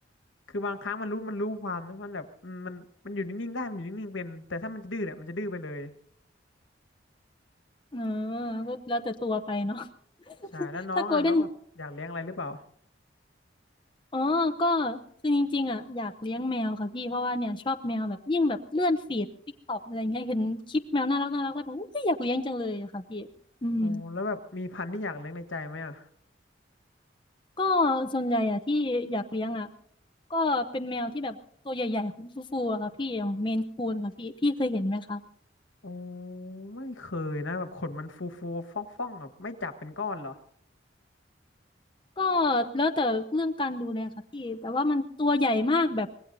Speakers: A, on the left; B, on the left.
A: คือบางครั้งมันรู้มันรู้ความนะมันแบบอืมมันมันอยู่นิ่งๆได้มันอยู่นิ่งๆเป็นแต่ถ้ามันจะดื้อเนี่ยมันจะดื้อไปเลย
B: เออก็แล้วแต่ตัวไปเนาะ <laughs>
A: ใช่แล้วน้องอ่ะน้องแบบอยากเลี้ยงอะไรหรือเปล่า
B: ถ้าโกลเด้นอ๋อก็คือจริงๆอ่ะอยากเลี้ยงแมวค่ะพี่เพราะว่าเนี่ยชอบแมวแบบยิ่งแบบเลื่อนฟีดติ๊กต็อกอะไรเงี้ยเห็นคลิปแมวน่ารักน่ารักแล้วแบบอุ๊ยอยากเลี้ยงจังเลยอะค่ะพี่อืม
A: อ๋อแล้วแบบมีพันธุ์ที่อยากเลี้ยงในใจไหมอ่ะ
B: ก็ส่วนใหญ่อ่ะที่อยากเลี้ยงอ่ะก็เป็นแมวที่แบบตัวใหญ่ๆฟูๆอะค่ะพี่อย่างเมนคูนค่ะพี่พี่เคยเห็นไหมคะ
A: อ๋อไม่เคยนะแบบขนมันฟูฟูฟ่องฟ่องๆแบบไม่จับเป็นก้อนเหรอ
B: ก็แล้วแต่เรื่องการดูแลค่ะพี่แต่ว่ามันตัวใหญ่มากแบบ